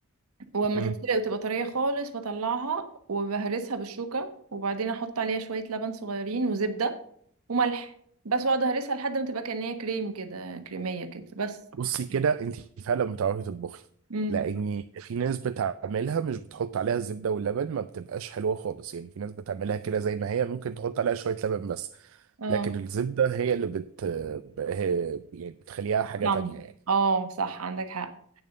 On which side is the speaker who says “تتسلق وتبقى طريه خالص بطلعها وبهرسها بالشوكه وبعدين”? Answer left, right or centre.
Right